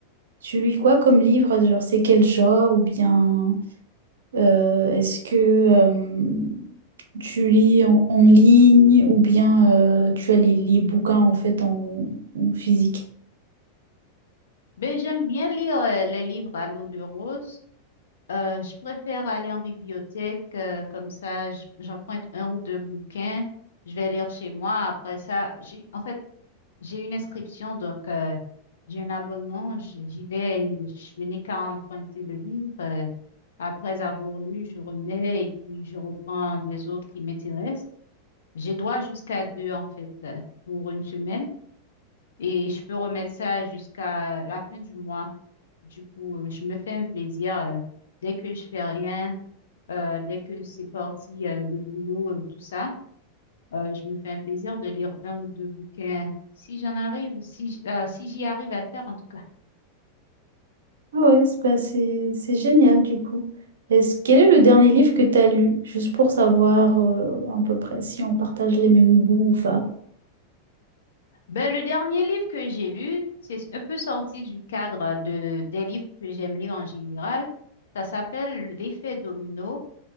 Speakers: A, on the right; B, on the left.
A: tu lis quoi comme livre? Genre, c'est quel genre? Ou bien euh, est-ce que euh, tu lis en, en ligne? Ou bien euh, tu as les, les bouquins en fait en, en physique?
B: Ben, j'aime bien lire euh, les livres à l'eau de rose. Euh, je préfère aller en bibliothèque, euh, comme ça, j- j'emprunte un ou deux bouquins. Je vais lire chez moi. Après ça, j'ai, en fait, J'ai une inscription, donc euh, j'ai un abonnement. je- J'y vais et je n'ai qu'à emprunter le livre. euh, après avoir lu, je remets et puis je reprends des autres qui m'intéressent. J'ai droit jusqu'à deux, en fait, euh, pour une semaine et je peux remettre ça jusqu'à la fin du mois. Du coup, euh, je me fais un plaisir euh, dès que je fais rien, euh, dès que c'est parti, euh, le boulot, euh, tout ça. Euh, je me fais un plaisir de lire un ou deux bouquins, si j'en arrive, si, j- euh, si j'y arrive à le faire en tout cas.
A: Ah ouais, c'est bah, c'est c'est génial du coup. Est-ce, quel est le dernier livre que tu as lu? Juste pour savoir euh, à peu près si on partage les mêmes goûts ou pas.
B: Ben, le dernier livre que j'ai lu, c'est un peu sorti du cadre de, des livres que j'aime lire en général. Ça s'appelle L'effet domino.